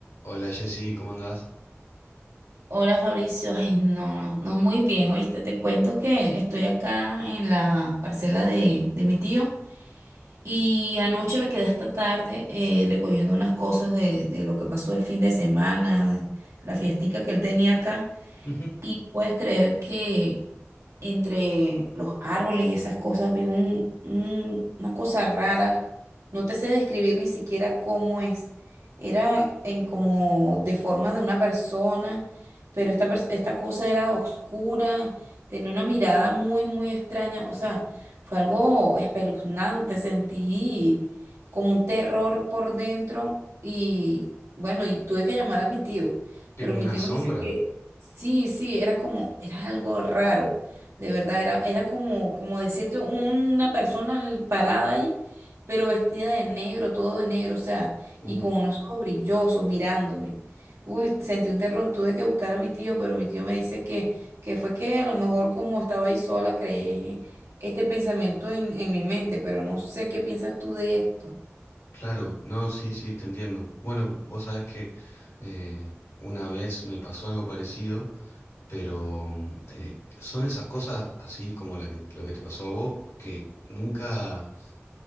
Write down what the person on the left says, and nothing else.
Hola Jessy, ¿cómo andás?
Ujú.
Que
como
una
sombra.
Uh,
claro, no, sí, sí, te entiendo. Bueno, vos sabés que eh, una vez me pasó algo parecido, pero mm, eh, son esas cosas así como la que, lo que te pasó a vos, que nunca,